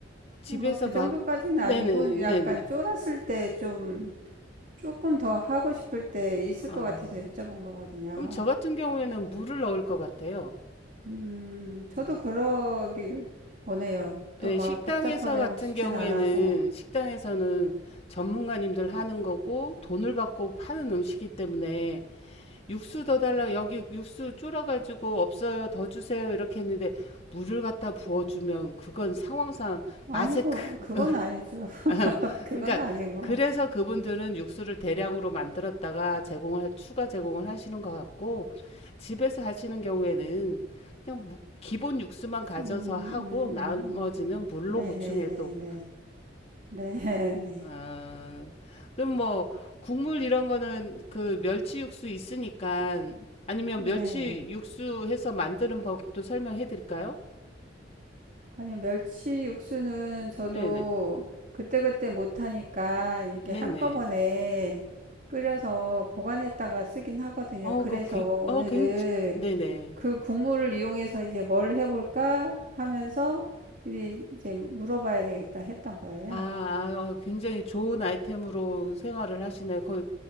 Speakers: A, on the left; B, on the right.
A: 집에서
B: 뭐 그
A: 막
B: 정도까지는
A: 네네
B: 아니고
A: 네네.
B: 약간 쫄았을 때 좀, 조금 더 하고 싶을 때 있을
A: 아,
B: 것 같아서 여쭤본 거거든요.
A: 그럼 저 같은 경우에는 물을 넣을 것 같아요.
B: 음, 저도
A: 어.
B: 그러길 원해요. 또
A: 네
B: 막
A: 식당에서
B: 복잡하게
A: 같은
B: 하고 싶진
A: 경우에는
B: 않아서.
A: 식당에서는 전문가님들 하는 거고 돈을 받고 파는 음식이기 때문에 육수 더 달라 여기 육수 줄어가지고 없어요 더 주세요 이렇게 했는데 물을 갖다 부어주면 그건 상황상
B: 아니,
A: 맛에
B: 뭐,
A: 크
B: 그건 아니죠. <laughs>
A: <laughs>
B: 그건
A: 그러니까
B: 아니고.
A: 그래서 그분들은 육수를 대량으로 만들었다가 제공을 할- 추가 제공을 하시는 것 같고 집에서 하시는 경우에는 그냥 무- 기본 육수만 가져서
B: 음, 음,
A: 하고
B: 음,
A: 나머지는
B: 음.
A: 물로
B: 네네네네.
A: 보충해도
B: 네. <laughs> 네. 네, 네.
A: 아, 그럼 뭐 국물 이런 거는 그 멸치 육수 있으니까 아니면
B: 네.
A: 멸치 육수 해서 만드는 법도 설명해 드릴까요?
B: 아니, 멸치 육수는 저도
A: 네네.
B: 그때그때 못하니까 이게
A: 네네.
B: 한꺼번에 끓여서 보관했다가 쓰긴 하거든요.
A: 어,
B: 그래서
A: 그, 굉-
B: 오늘은
A: 어, 굉, 네네.
B: 그 국물을 이용해서 이제 뭘 해볼까 하면서 이제 물어봐야 되겠다 했던 거예요.
A: 아, 아, 어, 굉장히 좋은 아이템으로 생활을 하시네요. 그